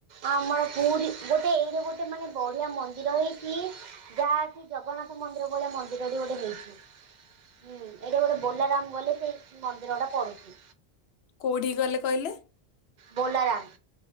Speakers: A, on the right; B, on the left.
A: ଆମର ପୁରୀ ଗୋଟେ ଏଇଟି ଗୋଟେ ମାନେ ବଢ଼ିଆ ମନ୍ଦିର ହେଇଛି, ଯାହାକି ଜଗନ୍ନାଥ ମନ୍ଦିର ଭଳିଆ ମନ୍ଦିର ଗୋଟେ ହେଇଛି, ହୁଁ ଏଇଠି ଗୋଟେ ବୋଲାରାମ୍ ମୁଁ ଗଲେ ସେ ମନ୍ଦିର ଟା ପଡୁଛି।
B: କୋଉଠିକି ଗଲେ କହିଲେ?
A: ବୋଲାରାମ୍।